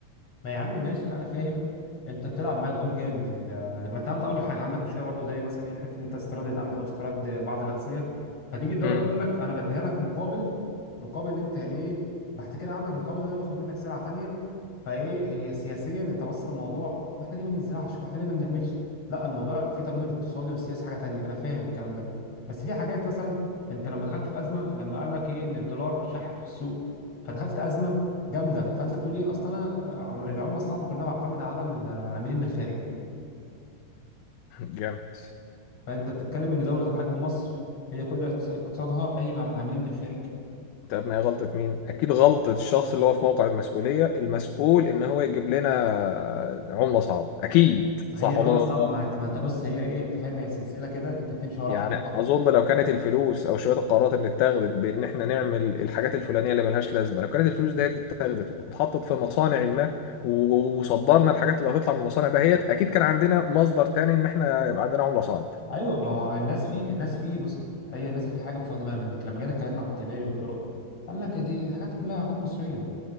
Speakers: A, on the left; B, on the left.
A: ما يا عم ماشي انا فاهم انت بتلعب معاك دور جامد ال- ما انت انت اقول لك حاجه عندك مشكله برضو زي مثلا ايه حته انت استيراد القمح واستيراد بعض الاغذيه فتيجي الدوله
B: امم
A: بتقول لك انا بديها لك مقابل مقابل إن انت يعني ايه بعد كده عندك مقابل ان انا باخد منك سلعه تانيه فايه هي سياسيا انت واصل الموضوع واحنا ليه ما بنزرعش واحنا ليه ما بنعملش لا الموضوع فيه تبادل اقتصادي وسياسي حاجه تانيه انا فاهم الكلام ده بس في حاجات مثلا انت لما دخلت في ازمه لما قال لك ايه ان الدولار شح في السوق فدخلت ازمه جامده فانت بتقول ايه اصل انا آه، العمله الصعبه كلها بعتمد على العاملين بالخارج
B: جامد
A: فانت بتتكلم ان دوله زي بحجم مصر هي كل اقت- اقتصادها قايم على العاملين بالخارج
B: طب ما هي غلطه مين اكيد غلطه الشخص اللي هو في موقع المسؤوليه المسؤول ان هو يجيب لنا عمله صعبه اكيد
A: ما
B: صح
A: هي العمله
B: ولا أنا
A: الصعبه
B: غلطان
A: ما هت- ما انت بص هي ايه انت فاهم هي سلسله كده انت بتمشي وراها
B: يعني
A: خطوه خطوه
B: اظن لو كانت الفلوس او شويه القرارات اللي اتخذت بان احنا نعمل الحاجات الفلانيه اللي ملهاش لازمه لو كانت الفلوس ديت اتخذت واتحطت في مصانع ما و- وصدرنا الحاجات اللي هتطلع من المصانع دهيت اكيد كان عندنا مصدر تاني ان احنا يبقى عندنا عمله صعب
A: ايوه ما هو الناس في الناس في بص هي الناس في حاجه مش واخده بالها منك لما جينا اتكلمنا عن الكباري والطرق قال لك دي حاجات كلها حاجات مصريه